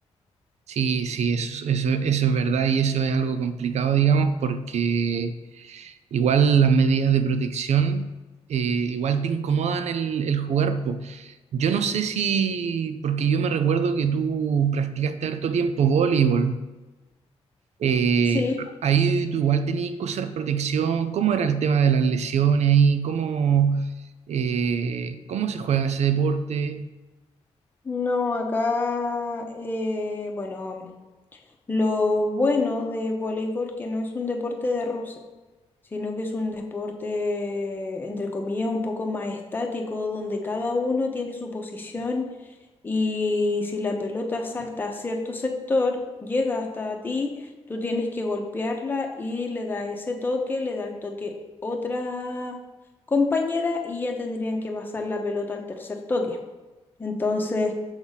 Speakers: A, on the right; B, on the left.
A: Sí, sí, eso, eso, eso es verdad y eso es algo complicado, digamos, porque igual las medidas de protección eh, igual te incomodan el, el jugar. po. Yo no sé si, porque yo me recuerdo que tú practicaste harto tiempo voleibol, eh,
B: Sí,
A: ahí tú igual tenías que usar protección, ¿cómo era el tema de las lesiones ahí? ¿Cómo, eh, cómo se juega ese deporte?
B: no, acá, eh, bueno, lo bueno de voleibol que no es un deporte de roce. sino que es un deporte, entre comillas, un poco más estático, donde cada uno tiene su posición y si la pelota salta a cierto sector, llega hasta ti, tú tienes que golpearla y le da ese toque, le da el toque otra compañera y ya tendrían que pasar la pelota al tercer toque. Entonces,